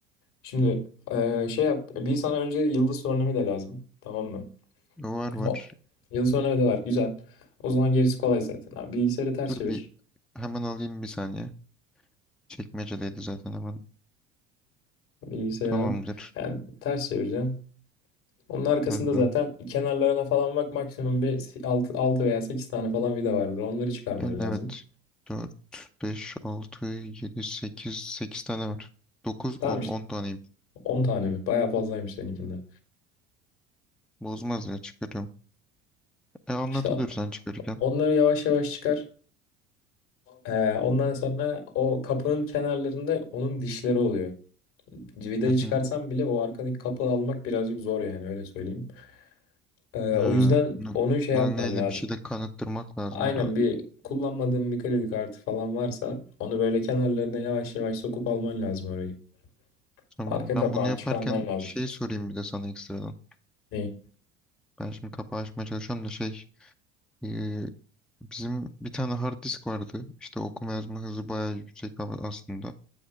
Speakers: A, on the left; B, in the centre.
A: Şimdi eee, şey yap. Bir sana önce yıldız sorunumuyla lazım. Tamam mı?
B: Var var.
A: O. Yıldız sorunumuyla var. Güzel. O zaman gerisi kolay zaten. Abi, bilgisayarı ters
B: Dur
A: çevir.
B: bir hemen alayım bir saniye. Çekmecedeydi zaten hemen.
A: Bilgisayarı
B: Tamamdır.
A: al. Yani ters çevireceksin. Onun arkasında
B: Aha.
A: zaten kenarlarına falan bak maksimum bir 6, 6 veya 8 tane falan vida vardır. Onları çıkarman
B: Yani
A: lazım.
B: evet. dört 5 6 7 8 8 tane var. 9,
A: Tamam
B: 10
A: işte
B: 10 taneyim.
A: 10 tane mi? Bayağı fazlaymış seninkinde.
B: Bozmaz ya çıkarıyorum. E anlatılır
A: İşte o-
B: sen çıkarırken.
A: onları yavaş yavaş çıkar. Ee, ondan sonra o kapının kenarlarında onun dişleri oluyor. Vidayı
B: <laughs>
A: çıkarsan bile o arkadaki kapı almak birazcık zor yani öyle söyleyeyim. Ee, o
B: Ha,
A: yüzden
B: bunu-
A: onu şey
B: buna
A: yapman
B: neyle
A: lazım.
B: bir şeyle kanıttırmak lazım
A: Aynen
B: herhalde.
A: bir kullanmadığın bir kredi kartı falan varsa onu böyle kenarlarına yavaş yavaş sokup alman lazım orayı.
B: Tamam.
A: Arka kapağını
B: Ben bunu yaparken
A: çıkarman lazım.
B: şey sorayım bir de sana ekstradan.
A: Neyi?
B: Ben şimdi kapağı açmaya çalışıyorum da şey e, bizim bir tane hard disk vardı. İşte okuma yazma hızı bayağı yüksek a- aslında.